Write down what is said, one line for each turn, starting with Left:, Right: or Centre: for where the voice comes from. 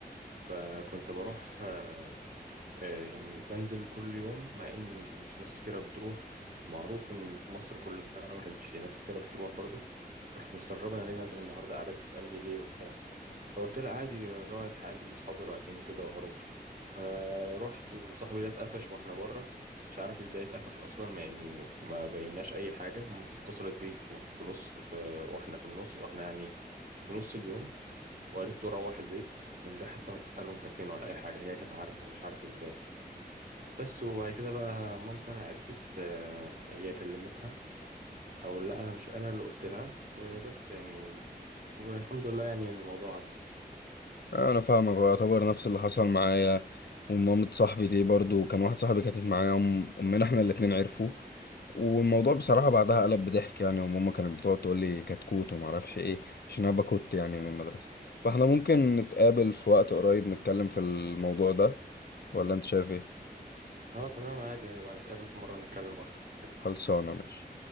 Right: فكنت بروح آه، آه، يعني بنزل كل يوم مع إن مش ناس كتيرة بتروح ومعروف إن في مصر كلها ما كانش ناس كتيرة بتروح برضه كانت مستغربة أنا ليه نازل النهاردة قاعدة تسألني ليه وبتاع فقلت لها عادي رايح عادي صحابي رايحين وكده وهروح آه رحت وصاحبي ده اتقفش واحنا بره مش عارف ازاي اتقفش اصلا ما يعني ما بيناش اي حاجه مامته اتصلت بيه في في نص في واحنا في النص واحنا يعني في نص اليوم وقالت له روح البيت من غير حتى ما تساله انت فين ولا اي حاجه هي كانت عارفه مش عارف ازاي بس وبعد كده بقى مامتي انا عرفت آه، هي كلمتها او لا انا مش انا اللي قلت لها وبس يعني و... والحمد لله يعني الموضوع عدى
Left: انا فاهمك هو يعتبر نفس اللي حصل معايا ومامة صاحبي دي برضو كان واحد صاحبي كانت معايا أم- امنا احنا الاتنين عرفوا والموضوع بصراحة بعدها قلب بضحك يعني وماما كانت بتقعد تقول لي كتكوت وما اعرفش ايه عشان انا بكت يعني من المدرسة فاحنا ممكن نتقابل في وقت قريب نتكلم في الموضوع ده ولا انت شايف ايه
Right: اه تمام عادي يبقى نتقابل في مرة نتكلم اكتر
Left: خلصانة ماشي